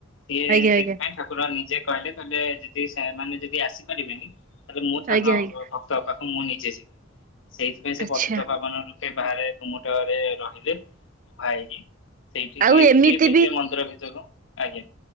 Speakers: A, on the left; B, on the right.
A: ସିଏ
B: ଆଜ୍ଞା
A: ସେଥିପାଇଁ
B: ଆଜ୍ଞା
A: ଠାକୁର ନିଜେ କହିଲେ କହିଲେ ଯଦି ସେମାନେ ଯଦି ଆସିପାରିବେନି ତାହେଲେ ମୁଁ ଠାକୁରଙ୍କ
B: ଆଜ୍ଞା ଆଜ୍ଞା
A: ଭକ୍ତ ହେବାକୁ ମୁଁ ନିଜେ ଯିବି ସେଇଥିପାଇଁ ସେ
B: ଆଚ୍ଛା
A: ପତିତ ପାବନ ସେ ବାହାରେ ଗୁମଟରେ ରହିଲେ ମୁଁ ଆଇଲି। ସେଇଠି
B: ଆଉ
A: ସିଏ
B: ଏମିତି
A: ବି ଯିଏ ବି ସେ ମନ୍ଦିର ଭିତରୁ ଆଜ୍ଞା।